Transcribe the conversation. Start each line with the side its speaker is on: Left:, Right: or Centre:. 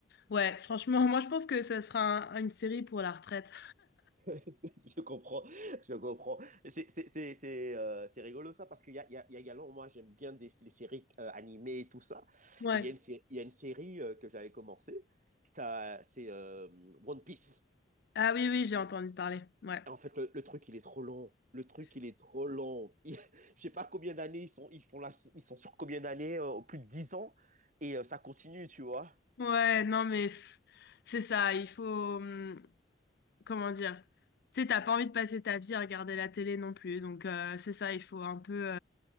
Left: ouais, franchement, <laughs> moi je pense que ça sera un- une série pour la retraite.
Right: Je comprends, je comprends. C'est c'est- c'est- c'est, euh, c'est rigolo ça parce qu'il y a, il y a, il y a également, moi j'aime bien des, les séries euh, animées et tout ça.
Left: Ouais.
Right: Et il y a une, sé- il y a une série euh, que j'avais commencé, ça, c'est euh, One Piece.
Left: Ah oui, oui, j'ai entendu parler. Ouais.
Right: En fait, le, le truc, il est trop long. Le truc, il est trop long. Il- <laughs> je sais pas combien d'années ils sont, ils font là. ils sont sur combien d'années, euh, plus de 10 ans, et euh, ça continue, tu vois.
Left: Ouais, non, mais pff, c'est ça, il faut. hum, Comment dire? Tu sais, t'as pas envie de passer ta vie à regarder la télé non plus, donc euh, c'est ça, il faut un peu.